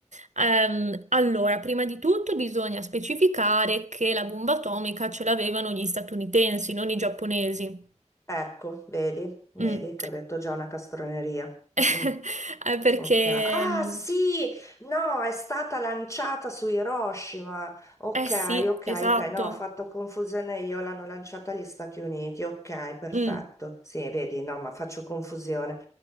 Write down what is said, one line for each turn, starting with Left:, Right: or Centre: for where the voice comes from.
Right: ehm, allora, prima di tutto bisogna specificare che la bomba atomica ce l'avevano gli statunitensi, non i giapponesi.
Left: Ecco, vedi, vedi
Right: Mm.
Left: che ho detto già una castroneria.
Right: <laughs>
Left: Mm.
Right: Eh, perché,
Left: Ok. Ah
Right: mm,
Left: sì, no, è stata lanciata su Hiroshima. Ok,
Right: eh sì,
Left: ok,
Right: esatto.
Left: ok, no, ho fatto confusione io, l'hanno lanciata agli Stati Uniti. Ok, perfetto.
Right: Mm.
Left: Sì, vedi, no, ma faccio confusione.